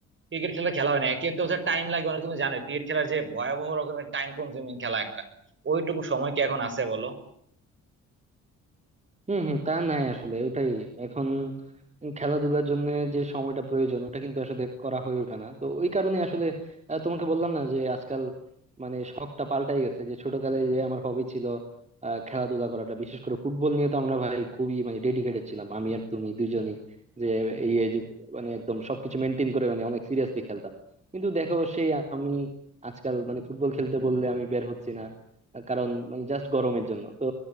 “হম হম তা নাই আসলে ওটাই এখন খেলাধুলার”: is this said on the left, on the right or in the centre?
Right